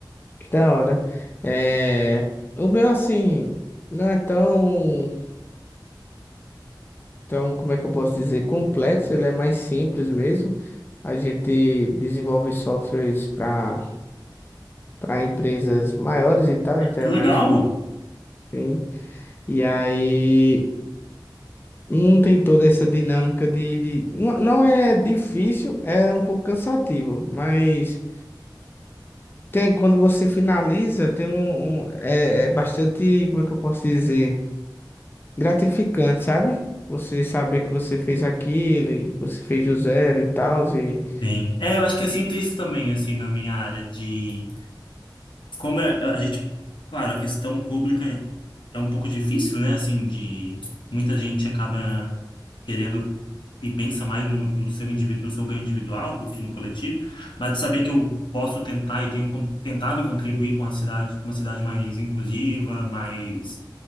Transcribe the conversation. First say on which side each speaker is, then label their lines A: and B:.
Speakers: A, on the left; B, on the left.
A: Que da hora. É, o meu, assim, não é tão, tão, como é que eu posso dizer, complexo, ele é mais simples mesmo. A gente desenvolve softwares para para empresas maiores e tal, então
B: Que
A: é mais
B: legal!
A: uma. Sim. E aí não tem toda essa dinâmica de, de... Não não é difícil, é um pouco cansativo, mas tem, quando você finaliza, tem um, um- é é bastante, como é que eu posso dizer? gratificante, sabe? Você saber que você fez aquilo e você fez do zero e tal, e
B: Sim. É, eu acho que eu sinto isso também, assim, na minha área de como é- a gente, claro, a questão pública é é um pouco difícil, né? Assim, de muita gente acaba querendo e pensa mais no, no seu indivíduo, no seu ganho individual do que no coletivo, mas de saber que eu posso tentar e tenho con- tentado contribuir com a cidade, com uma cidade mais inclusiva, mais,